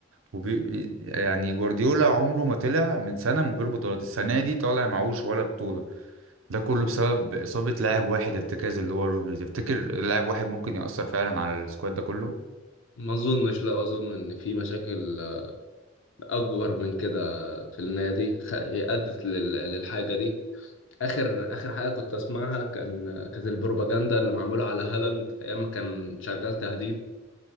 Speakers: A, on the right (about 85°); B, on the left (about 70°).
A: وبي... بي- يعني جوارديولا عمره ما طلع من سنه من غير بطولات السنه دي طالع معهوش ولا بطوله ده كله بسبب إصابة لاعب واحد ارتكاز اللي هو رودري تفتكر لاعب واحد ممكن يأثر فعلا على السكواد ده كله؟
B: ما أظنش لا أظن إن في مشاكل آه، أكبر من كده في النادي خ- أدت لل- للحاجة دي اخر اخر حاجه كنت اسمعها كان كانت البروباجندا اللي معموله على هالاند ايام ما كان شغال تهديف